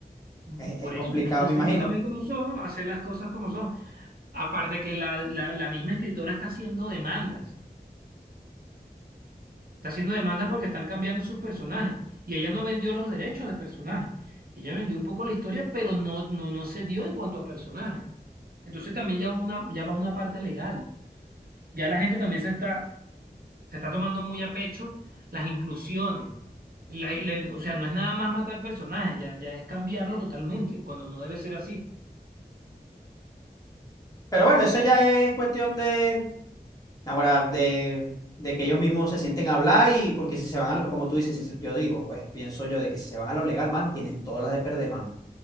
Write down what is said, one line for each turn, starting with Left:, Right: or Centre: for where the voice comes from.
Left: Es,
Right: P- Por
Left: es complicado,
Right: eso tienes que
Left: me
Right: hacer
Left: imagino.
Right: los cambios como son, hacer las cosas como son. Aparte que la, la, la misma escritora está haciendo demandas. Está haciendo demandas porque están cambiando sus personajes. Y ella no vendió los derechos de personajes. Ella vendió un poco la historia, pero no, no, no se dio en cuanto a personajes. Entonces también ya, una, ya va una parte legal. Ya la gente también se está, se está tomando muy a pecho las inclusiones. La- la- o sea, no es nada más matar al personaje, ya, ya es cambiarlo totalmente, cuando no debe ser así.
Left: Pero bueno, eso ya es cuestión de. Ahora, de, de que ellos mismos se sienten a hablar y porque si se van a lo, como tú dices, si se- yo digo, pues pienso yo de que si se van a lo legal, mano, tienen todas las de perder, mano.